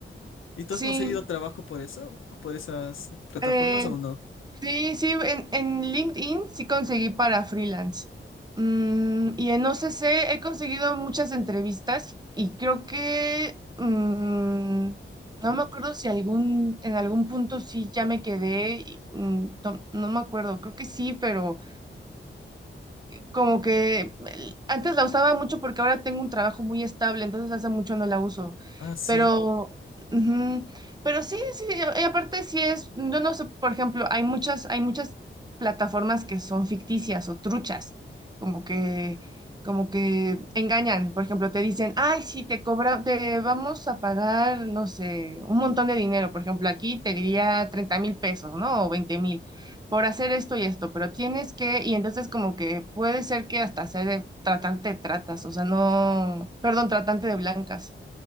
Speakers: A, on the left (about 80°); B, on the right (about 20°).
A: ¿Y tú
B: Sí,
A: has conseguido trabajo por eso? ¿Por esas plataformas
B: eh,
A: o no?
B: sí, sí, en, en LinkedIn sí conseguí para freelance. Mm, y en O C C he conseguido muchas entrevistas y creo que mm, no me acuerdo si algún, en algún punto sí ya me quedé, y, mm, no, no me acuerdo, creo que sí, pero como que el- antes la usaba mucho porque ahora tengo un trabajo muy estable, entonces hace mucho no la uso.
A: Ah, sí.
B: Pero, ujú, pero sí, sí, a- y aparte sí es, yo no sé, por ejemplo, hay muchas, hay muchas plataformas que son ficticias o truchas, como que, como que engañan. Por ejemplo, te dicen, ay, sí, te cobra, te vamos a pagar, no sé, un montón de dinero. Por ejemplo, aquí te diría treinta mil pesos, ¿no? O veinte mil por hacer esto y esto, pero tienes que, y entonces como que puede ser que hasta sea de tratante de tratas, o sea, no, perdón, tratante de blancas.